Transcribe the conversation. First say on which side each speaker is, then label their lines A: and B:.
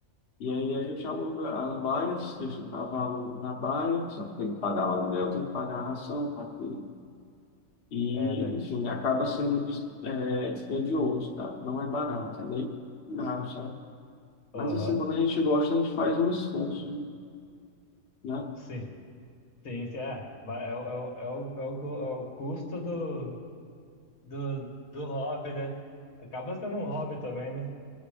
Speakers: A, on the left; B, on the left.
A: E aí a gente aluga as baias, deixa o cavalo na baia, só que tem que pagar o aluguel, tem que pagar a ração, café E,
B: É, daí.
A: enfim, acaba sendo muito é, dispendioso, tá? Não é barato, é meio caro, sabe?
B: Aham,
A: Mas, assim, quando a gente gosta, a gente faz um esforço, né?
B: sim, sim, sim. É, vai, é, o- é, o- é, o, é, o, go- é o custo do, do, do hobby, né? Acaba sendo um hobby também, né?